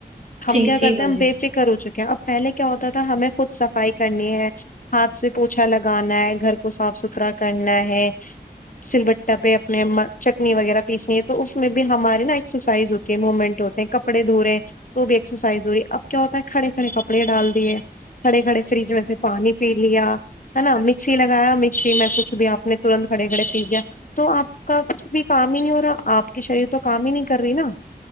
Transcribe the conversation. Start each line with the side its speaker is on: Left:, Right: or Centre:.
Left: ہم
Right: جی
Left: کیا
Right: جی
Left: کرتے
Right: باجی
Left: ہیں ہم بے فکر ہو چکے ہیں اب پہلے کیا ہوتا تھا ہمیں خود صفائی کرنی ہے ہاتھ سے پوچھا لگانا ہے گھر کو صاف ستھرا کرنا ہے سل بٹا پہ اپنے ما چٹ نی وغیرہ پیسنی ہے تو اس میں بھی ہماری نا ایکسرسائز ہوتی ہے موومنٹ ہوتے ہیں کپڑے دھو رے ہیں تو بھی ایکسرسائز ہوئی اب کیا ہوتا ہے کھڑے کھڑے کپڑے ڈال دیے کھڑے کھڑے فریج میں سے پانی پی لیا ہے نا مکسی لگایا مکسی میں کچھ بھی آپ نے ترنت کھڑے کھڑے پی گیا تو آپ کا کچھ بھی کام ہی نہیں ہو رہا آپ کی شریر تو کام ہی نہیں کر رہی نا